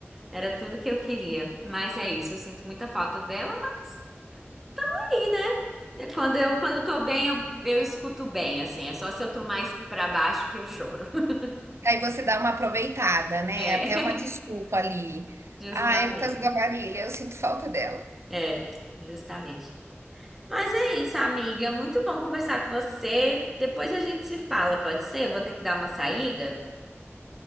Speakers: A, in the centre; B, on the right (about 75°).
A: era tudo que eu queria. Mas é isso, eu sinto muita falta dela, mas tá aí, né? É Quando eu, quando eu tô bem, eu, eu escuto bem, assim. É só se eu tô mais pra baixo que eu choro. <laughs>
B: Aí você dá uma aproveitada, né,
A: É,
B: até uma desculpa ali.
A: justamente.
B: "Ah, é por causa da Marília, eu sinto falta dela".
A: É, justamente. Mas é isso, amiga. Muito bom conversar com você. Depois a gente se fala, pode ser? Eu vou ter que dar uma saída.